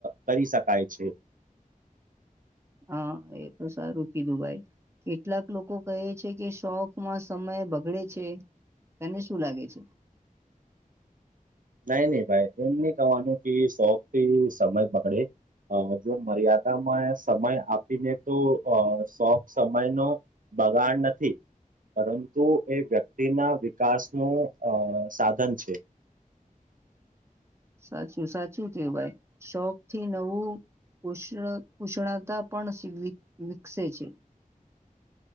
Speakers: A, on the right (about 70°); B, on the right (about 20°).
A: કરી શકાય છે. <inaudible>
B: હા, એતો સારું કીધું ભાઈ. કેટલાક લોકો કહે છે કે શોખમાં સમય બગડે છે. તને શું લાગે છે?
A: <inaudible> નઈ નઈ ભાઈ, એમની કવાનું કે શોખ થી સમય બગડે અહ જો મર્યાદામાં સમય આપીને તો શોખ સમય નો બગાડ નથી પરંતુ એ વ્યક્તિના વિકાસનું અહ સાધન છે.
B: સાચું સાચું છે ભાઈ, શોખથી નવું કુષ્ણ કુષ્ણતા પણ વીક વિકસે છે.